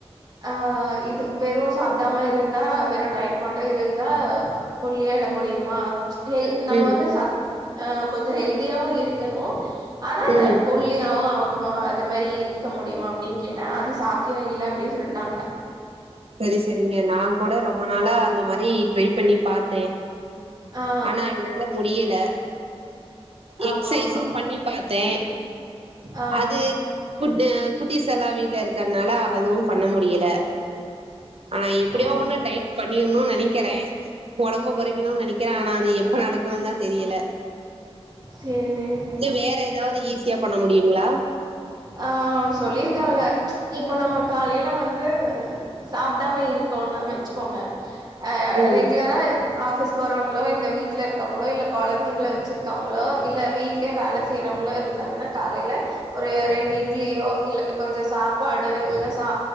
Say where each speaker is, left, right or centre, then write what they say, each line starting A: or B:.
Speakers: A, on the right (about 40°); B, on the right (about 65°).
A: ஆ இது வெறு சாப்டாம இருந்தா வெறு டயட் மட்டு இருந்தா ஒல்லி ஆய்ட முடியுமா ஹெல் நம்ப
B: ம்
A: வந்து ச அ கொஞ்சொ ஹெல்தியாவு இருக்கனு ஆனா டய
B: ம்
A: ஒ ஒல்லியாவு ஆகனு அது மாரி இருக்க முடியுமா அப்டின்னு கேட்டா அது சாத்தியொ இல்ல அப்டின் சொல்ட்டாங்க
B: செரி செரிங்க நா கூட ரொம்ப நாளா அந்த மாரி ட்ரை பண்ணி பாத்தே
A: ஆ
B: ஆனா என்னால முடியல எக்ஸைஸு
A: ஆமா ஆமா
B: பண்ணி பாத்தே
A: ஆ
B: அது குட்டு குட்டீஸ்ஸெல்லா வீட்ல இருக்கற்னால அதுவு பண்ண முடியல ஆனா எப்டியோ
A: ஓ
B: ஒண்ணு டயட் பண்ணிர்னு நெனைக்கிறே ஒடம்ப கொறைக்கணுன் நெனைக்கிறே ஆனா அது எப்ப நடக்குன் தா தெரியல
A: சேரி சேரி சேரி
B: இன்னு வேற எதாவ்து ஈஸியா பண்ண முடியுங்ளா
A: ஆ சொல்லிருக்காங்க இப்ப நம்ம காலைல வந்து சாப்டாம இருக்கோனா வச்க்கோங்க ஆ
B: ம்
A: ரெகுலரா ஆஃபீஸ் போறோங்ளோ இல்ல வீட்லருக்கோங்களோ இல்ல கொழந்தைங்ள வச்சிருக்கவங்ளோ இல்ல வீட்லே‌ வேல செய்றவங்ளு இருந்தாங்கன்னா காலைல ஒரு ரெண்டு இட்லியோ இல்ல கொஞ்சோ சாப்பாடு இல்ல சா